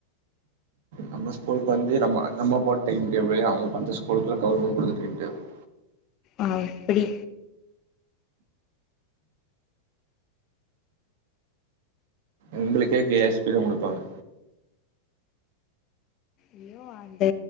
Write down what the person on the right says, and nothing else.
நம்ம ஸ்கூலூக்கு வந்து நம்ம போட் டைம் டேபுளு அவுங்க பாத்த ஸ்கூலூகுள்ளா கவர்மண்ட் குடுத்த டைம் டேபுளு
எங்களுக்கே கே எஸ் பி தா குடுப்பாங்க